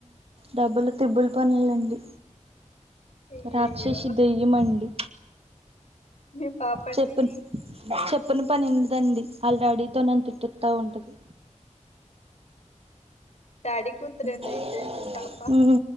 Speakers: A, on the right; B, on the left.
A: డబుల్ ట్రిబుల్ పనులండి
B: అయ్యయ్యో
A: రాక్షసి దెయ్యం అండి
B: మీ పాప అండి
A: చెప్ప చె ఉన్న పని ఉండదండి ఆల్రెడీ నన్ని తిట్టిస్తా ఉంటది
B: డాడీ కూతురండి
A: హు
B: అయితే మీ పాప